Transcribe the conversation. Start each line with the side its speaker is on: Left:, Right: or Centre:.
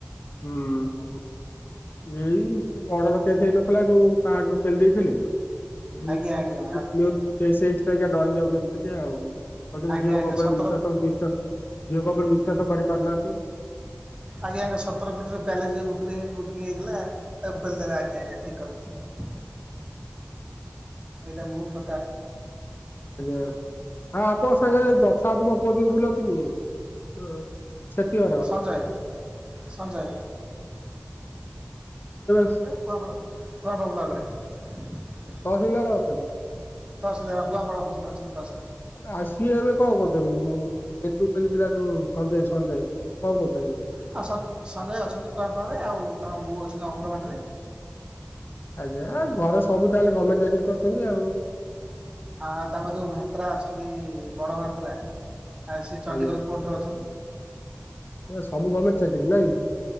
Left: ହୁଁ ହୁଁ। ଏଇ ଯୋଉ ଏଇ ମର୍ଡର କେସ୍ ହେଇନଥିଲା ଯୋଉ ପାହାଡରୁ ପେଲି ଦେଇଥିଲେ। ଏଥିଯୋଉ
Right: ଆଜ୍ଞା ଆଜ୍ଞା
Left: ନ୍ଯୁଜ <unintelligible> ସେଇ ସେଇଥିପାଇଁକା ଡରି ଯାଉଛନ୍ତି ଟିକେ ଆଉ କହୁଛନ୍ତି
Right: ଆଜ୍ଞା
Left: ଝିଅଙ୍କ
Right: ଆଜ୍ଞା
Left: ଉପରେ
Right: ସତର
Left: ବିଶ୍ୱାସ ବିଶ୍ଵାସ ଝିଅଙ୍କ ଉପରେ ବିଶ୍ୱାସ କରି ପାରୁନାହାନ୍ତି।
Right: ଆଜ୍ଞା ସତର କୋଟିରେ ପ୍ୟାଲେସ ଯୋଉ ବୁକରି ବୁକିଂ ହେଇଥିଲା ତାକୁ ପେଲିଦେଲେ ଆଜ୍ଞା ଠିକ୍ କଥା ଠିକ କଥା। ଏଇଟା ଭୁଲ କ
Left: ଆଜ୍ଞା ହଁ ଆପଣ ସାଙ୍ଗରେ ଯଥାଆବୁଙ୍କ ପୁଅ ଯୋଉ ବୁଲନ୍ତିନି। ହୁଁ ସେତ
Right: ସଞ୍ଜୟ ସଞ୍ଜୟ
Left: <unintelligible>
Right: କୁଆପାଳ କୁଆପାଳ ବ୍ଲକରେ
Left: ତହସିଲଦାର ଅଛନ୍ତି।
Right: ତହସିଲଦାର କୁଆପାଳ ଅଫିସରେ ଅଛନ୍ତି ତହସିଲ ଅଛନ୍ତି।
Left: ଆଉ ସିଏ ଏବେ କଣ କହୁଛନ୍ତି <unintelligible> ଯୋଉ ସଞ୍ଜୟ ସଞ୍ଜୟ କଣ କହୁଛନ୍ତି।
Right: ହଁ ସଞ୍ଜ ସଞ୍ଜୟ ଅଛନ୍ତି, କୁଆଁପାଳରେ ଆଉ ତାଙ୍କ ବୋଉ ଅଛନ୍ତି ଅଙ୍ଗନବାଡ଼ି ରେ
Left: ଆଜ୍ଞା ଏଁ ଘରେ ସବୁ ତାହେଲେ ଗର୍ମେଣ୍ଟ ଚାକିରି କରିଛନ୍ତି ଆଉ
Right: ଆଁ ତାଙ୍କ ଯୋଉ ଭାତ୍ରା ଅଛନ୍ତି ବଡ଼ ଭାତ୍ରା ଏଁ ସିଏ ଚଣ୍ଡିଖୋଲ
Left: ଆଜ୍ଞା
Right: କୋର୍ଟରେ ଅଛନ୍ତି।
Left: ପୁରା ସବୁ ଗର୍ମେଣ୍ଟ ଚାକିରୀ ନାଇଁ